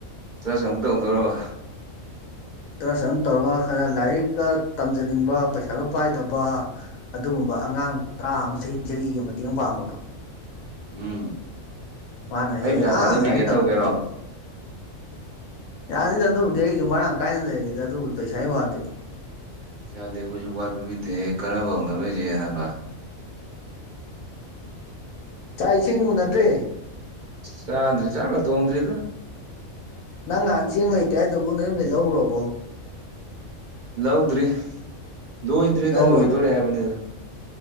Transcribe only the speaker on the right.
ꯇ꯭ꯔꯁ ꯑꯃꯨꯛ ꯇꯧꯗꯧꯔꯕ
ꯎꯝ
ꯑꯩ ꯄꯩꯁꯥ ꯊꯥꯗꯕꯤꯒꯦ
ꯇꯧꯒꯦꯔꯣ
ꯌꯥꯗꯦ ꯑꯈꯣꯏꯖꯨ ꯋꯥꯠꯄ ꯃꯤꯠꯇꯦꯍꯦ ꯈꯅꯕ ꯍꯧꯅꯔꫭꯏꯖꯦꯍꯦ ꯅꯥꯕ
ꯆꯥꯗ꯭ꯔꯤ ꯆꯥꯛꯀ ꯊꫭꯡꯗ꯭ꯔꯤꯗ
ꯂꯧꯗ꯭ꯔꯤ ꯂꯣꯏꯗ꯭ꯔꯦꯗ
ꯂꯣꯏꯗꯣꯔꯦ ꯍꯥꯏꯕꯅꯦꯗ